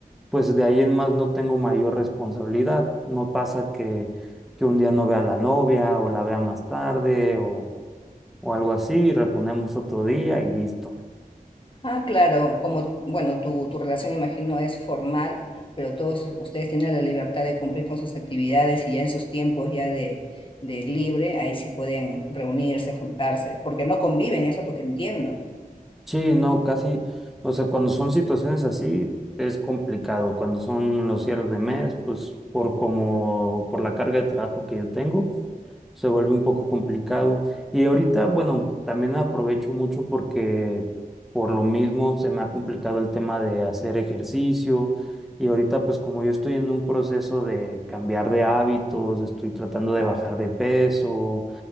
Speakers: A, in the centre; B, on the left.
A: pues de ahí en más no tengo mayor responsabilidad. No pasa que, que un día no vea a la novia o la vea más tarde o, o algo así, y reponemos otro día y listo.
B: Ah, claro, como, bueno, tu, tu relación imagino es formal, pero todos ustedes tienen la libertad de cumplir con sus actividades y ya en sus tiempos ya de, de libre, ahí sí pueden reunirse, juntarse, porque no conviven, eso es lo que entiendo.
A: Sí, no, casi, o sea, cuando son situaciones así es complicado. Cuando son los cierres de mes, pues por como, por la carga de trabajo que yo tengo. se vuelve un poco complicado. Y ahorita, bueno, también aprovecho mucho porque por lo mismo se me ha complicado el tema de hacer ejercicio. Y ahorita, pues como yo estoy en un proceso de cambiar de hábitos, estoy tratando de
B: Ah,
A: bajar de peso,